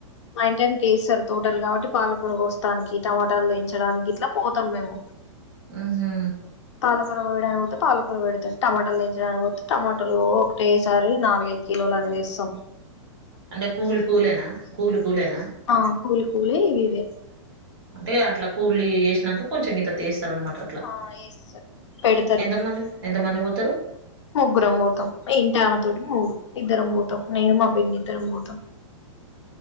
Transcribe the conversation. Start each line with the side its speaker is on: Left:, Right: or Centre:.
Left: మా ఇంటి వెనక వస్తారు తోటలు కాబట్టి పాలకూర కోస్తానికి టమాటాలు తేచడానికి ఇట్లా పోతాం మేము
Right: ఉహు
Left: పాలకూర కోయ్యడానికి పాలకూర పెడితే టమాటాలు దించడానికిపోతే టమాటాలు ఒకటేసారి నాలుగై కిలోలన్నీ చేస్తాం
Right: అంటే కూలి కూలేనా కూలి కూలేనా
Left: ఆ కూలి కూలి ఇవి ఇవే
Right: అంటే అట్లా కూల్లి వేసినాక కొంచెం గిత్తత్త ఏస్తా తన్మాట అట్లా
Left: ఆ ఏస్తారు పెడతారు
Right: ఎంతమంది ఎంతమంది పోతారు
Left: ముగ్గురం పోతాం ఇంటి ఆమె తోటి మూడు ఇద్దరం పోతాం నేను మా పిన్ని ఇద్దరం పోతాం